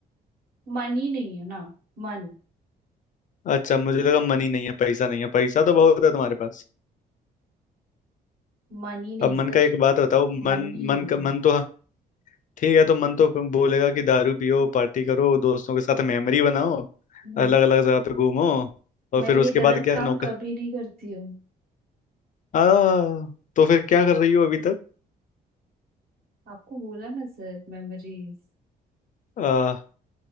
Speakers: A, on the right; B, on the left.
A: मन ही नहीं है ना मन
B: अच्छा मुझे लगा मन ही नहीं है पैसा नहीं है पैसा तो बहुत है तुम्हारे पास
A: मन ही नहीं
B: अब
A: सर
B: मन का एक बात बताओ
A: मन
B: मन
A: ही नहीं
B: मन का मन तो ठीक है तो मन तो फिर बोलेगा कि दारू पियो पार्टी करो दोस्तों के साथ मेमोरी बनाओ
A: नहीं
B: अलग अलग जगह पे घूमो और
A: मैं
B: फिर
A: ये
B: उसके
A: गलत
B: बाद क्या
A: काम
B: नौकर
A: कभी नहीं करती हूँ
B: आ तो फिर क्या कर रही हो अभी तक
A: आपको बोला ना सर मेमोरीज
B: आ